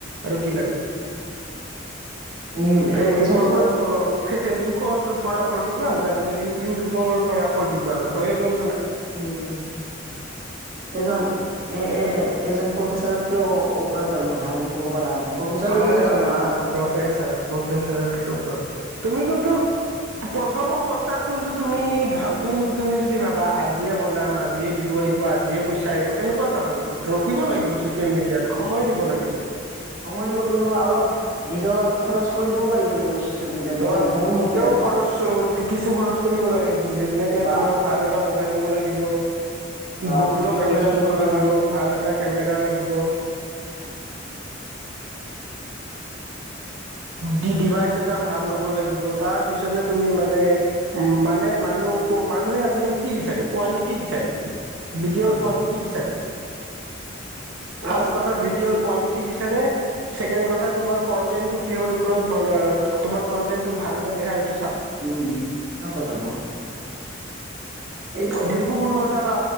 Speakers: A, on the right; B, on the right.
A: আৰু কি লাগে
B: উম
A: ফেচবুকৰ
B: এ এজনতো
A: পৰা ফেচবুকৰ পৰা ফৰ্তি পাল তাৰ পিছত ই ইউটিউবৰ পৰা ফৰ্তি পাল হৈয়ে গ'ল
B: উম এজন এ এ এজন প্ৰফেচাৰত তেওঁ ওপৰত দৰমহা বুলি ক'ব পাৰা প্ৰফেচাৰৰ
A: হয়
B: দৰে দৰমহা
A: হয় হয়
B: আৰু।
A: প্ৰফেচাৰ প্ৰফেছাৰত কে ওপৰত, তুমি কোনটো
B: <unintelligible>
A: প্ৰথম অৱস্থাত কিন্তু তুমি ভ তুমি যদি ভাবা আজিয়ে বনাম আজিয়ে ভিউ আহিব আজিয়ে পইচা আহিব এনেকুৱা নহয় কিন্তু ৰখিব লাগিব চচিয়েল মিডিয়াত সময় দিব লাগিব।
B: সময় দিব লাগিব বা অলপ নিজৰ খৰচ কৰিবও পাৰিব লাগিব ছচিয়েল মিডিয়াত
A: অ
B: মই মোৰ
A: নিজেও
B: মতে আৰু।
A: খৰচ কিছু খৰচ কৰিব লাগে যেনেকে
B: বা
A: তোমাৰ ভাল এটা মোবাইল লব লাগিব
B: বা
A: গোপ্ৰ'
B: ভিডিঅ'
A: কেমেৰা
B: এডিটিঙৰ
A: লব
B: কাৰণে
A: লাগিব ভাল এটা কেমেৰা লাগিব।
B: <unintelligible> <unintelligible>
A: দি ডিভাইচ এটা ভাল ল'ব লাগিব তাৰ পিছতে তুমি মানে উম মানে মানুহ মানুহে আজিকালি কি বিচাৰে কোৱালিটি বিচাৰে ভিডিঅ'ৰ
B: হয়
A: কোৱালিটি
B: হয়
A: বিচাৰে
B: কোৱালিটি
A: ফাৰ্ষ্ট কথা
B: মানে
A: ভিডিঅ'ৰ
B: কি
A: কোৱালিটি বিচাৰে ছেকেণ্ড কথা তোমাৰ কন্টেন্টো কিহৰ ওপৰত তোমাৰ কন্টেন্টো ভাল নে বেয়াটো
B: উম চাব চাব এইবোৰ
A: ডিম্পু বৰুৱা চাবা